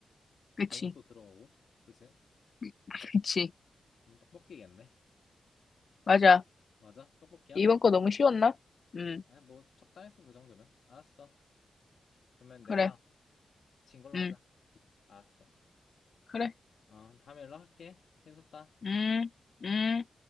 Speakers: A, on the left (about 55°); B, on the left (about 75°).
A: 그치.
B: 어묵도 들어가고. 그치?
A: <laughs> 그치.
B: 그럼 떡볶이겠네.
A: 맞아.
B: 맞아? 떡볶이야?
A: 이번 거 너무 쉬웠나? 응,
B: 아니 뭐 적당했어 그 정도면. 알았어. 그러면
A: 그래.
B: 내가 진 걸로
A: 응,
B: 하자. 알았어.
A: 그래.
B: 어 다음에 연락할게. 힘썼다.
A: 응, 응.